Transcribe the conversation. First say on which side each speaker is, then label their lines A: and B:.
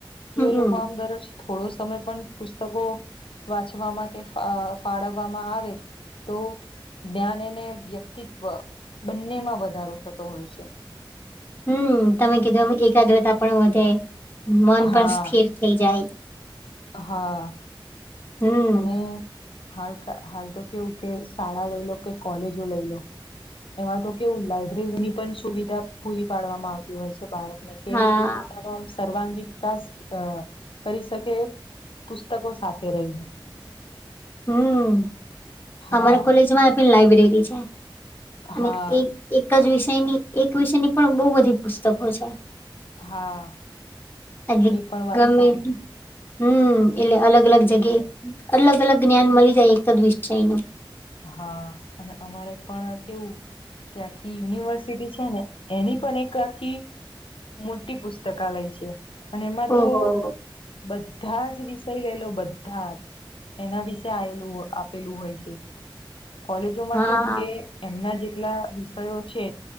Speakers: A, on the left (about 80°); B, on the left (about 25°).
A: જો
B: હમ
A: એ લોકો આમ દરરોજ થોડો સમય પણ પુસ્તકો વાંચવામાં કે ફા અ‌ ફાળવવામાં આવે તો જ્ઞાન અને વ્યક્તિત્વ બંનેમાં વધારો થતો હોય છે.
B: હમ તમે કીધું એમ એકાગ્રતા પણ વધે મન
A: હા.
B: પણ સ્થિર થઈ જાય
A: હા
B: હમ
A: અને હાલ હાલ તો કેવું કે શાળા લઈ લો કે કોલેજો લઈ લો એમાં તો કેવું લાયબ્રેરી ની પણ સુવિધા પૂરી પાડવામાં આવતી હોય છે બાળ કોને કે
B: હા
A: એ પોતાનો આમ સર્વાંગી વિકાસ અ કરી શકે પુસ્તકો સાથે રહીને
B: હમ
A: હા
B: અમારા કોલેજમાં પણ લાઈબ્રેરી છે. અને
A: હા
B: એક એક જ વિષયની એક વિષયની પણ બોવ બધી પુસ્તકો છે.
A: હા
B: <unintelligible>
A: એ પણ વાત
B: ગમે
A: સારી
B: હમ એટલે અલગ અલગ જગ્યાએ અલગ અલગ જ્ઞાન મલી જાય એક જ વિષયનુ
A: હા અને અમારે પણ કેવું કે આખી યુનિવર્સિટી છે ને એની પણ એક આખી મોટી પુસ્તકાલય છે અને એમાં
B: ઓહો
A: તો બધાજ જ વિષય લેલો બધા જ એના વિશે આયલું આપેલું હોય છે. કોલેજોમાં
B: હા
A: કેવું કે એમના જેટલા વિષયો છે